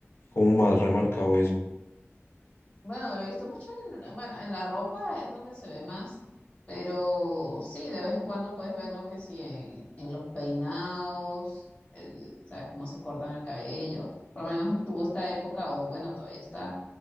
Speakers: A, on the left (about 60°); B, on the left (about 25°).
A: como más remarcado eso.
B: Bueno, lo he visto mucho en, bueno, en la ropa es donde se ve más, pero sí, de vez en cuando puedes verlo que sí en, en los peinados, el- sabes cómo se cortan el cabello. Por lo menos estuvo esta época, o bueno, todavía está,